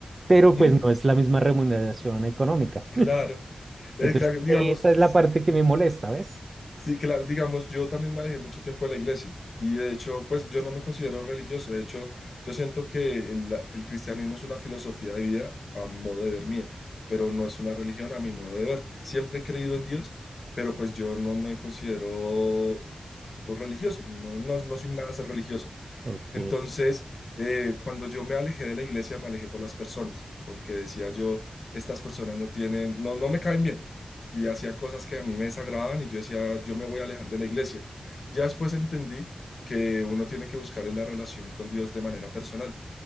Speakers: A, on the right; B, on the left.
A: pero
B: Ujú,
A: pues no es la misma remuneración económica.
B: Claro.
A: <laughs>
B: Eh,
A: Entonces,
B: claro, digamos,
A: esa es la parte que me molesta, ¿ves?
B: sí, claro, digamos, yo también manejé mucho tiempo en la iglesia y de hecho, pues yo no me considero religioso, de hecho, yo siento que el, el cristianismo es una filosofía de vida a modo de ver mía, pero no es una religión a mi modo de ver. Siempre he creído en Dios, pero pues yo no me considero o religioso, no, no, no soy nada ser religioso.
A: Ok,
B: Entonces, eh, cuando yo me alejé de la iglesia, me alejé por las personas, porque decía yo, estas personas no tienen, no, no me caen bien, y hacían cosas que a mí me desagradaban y yo decía, yo me voy a alejar de la iglesia. Ya después entendí que uno tiene que buscar en la relación con Dios de manera personal